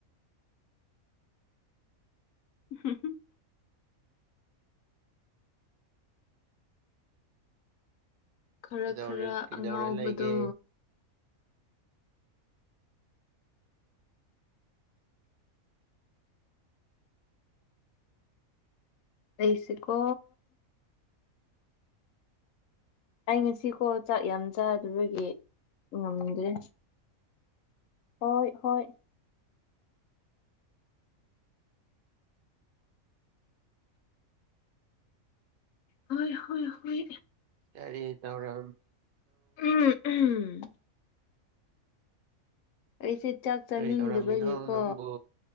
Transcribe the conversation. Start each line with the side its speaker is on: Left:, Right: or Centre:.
Left: ꯎꯝ ꯈꯔ
Right: ꯀꯩꯗꯧꯔꯤ
Left: ꯈꯔ
Right: ꯀꯩꯗꯧꯔ
Left: ꯑꯉꯥꯎꯕꯗꯣ
Right: ꯂꯩꯒꯦ
Left: ꯩꯁꯤꯀꯣ ꯑꯩ ꯉꯁꯤꯀꯣ ꯆꯥꯛ ꯌꯥꯝ ꯆꯥꯗꯕꯒꯤ ꯉꯝꯗ꯭ꯔꯦ ꯍꯣꯏ ꯍꯣꯏ ꯍꯣꯏ ꯍꯣꯏ ꯍꯣꯏ
Right: ꯌꯥꯔꯦ ꯇꯔ
Left: ꯎꯝ ꯎꯝ ꯑꯩꯁꯦ ꯆꯥꯛ ꯆꯥꯅꯤꯡꯗꯕꯒꯤꯀꯣ
Right: ꯀꯔꯤ ꯇꯧꯔꯝꯃꯤꯅꯣ ꯅꯪꯕꯨ